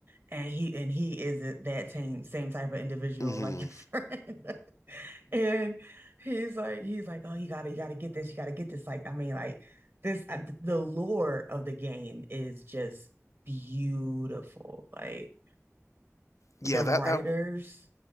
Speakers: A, on the right (about 50°); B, on the left (about 75°).
A: And he and he is a- that same same type of individual
B: hmm
A: like your friend. <laughs> And he's like he's like, "Oh, you gotta you gotta get this. You gotta get this." Like, I mean, like this uh, the lore of the game is just beautiful. Like
B: yeah.
A: the
B: That
A: writers,
B: that